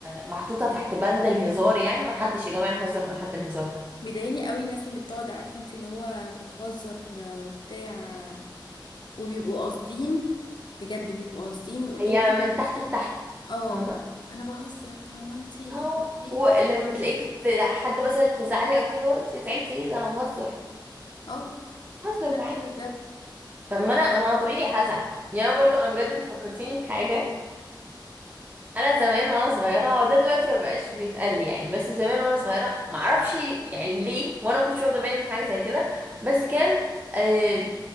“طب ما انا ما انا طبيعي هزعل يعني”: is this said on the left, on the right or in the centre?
Right